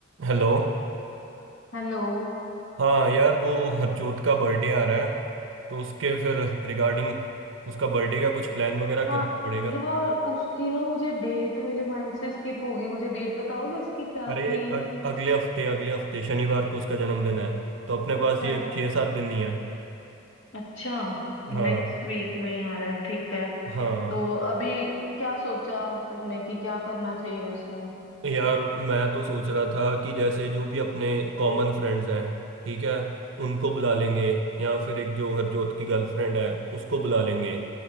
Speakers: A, on the right; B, on the left.
A: हेलो
B: Hello
A: हाँ यार वो हरजोत का बर्थडे आ रहा है तो उसके फिर रिगार्डिंग उसका बर्थडे का कुछ प्लान वगैरह
B: हाँ
A: करना पड़ेगा
B: यार उसकी ना मुझे डेट मेरे माइंड से स्किप हो गई मुझे डेट बताओगे उसकी क्या
A: अरे
B: थी
A: अग, अगले हफ्ते अगले हफ्ते शनिवार को उसका जन्मदिन है तो अपने
B: अच्छा
A: पास ये छः सात दिन ही है
B: अच्छा
A: हाँ
B: नेक्स्ट वीक में ही आ रहा है ठीक है
A: हाँ
B: तो अभी क्या सोचा तुमने कि क्या करना चाहिए उसमें
A: यार मैं तो सोच रहा था कि जैसे जो भी अपने कॉमन फ्रेंड्स हैं ठीक है उनको बुला लेंगे या फिर एक जो हरजोत की गर्लफ्रेंड है उसको बुला लेंगे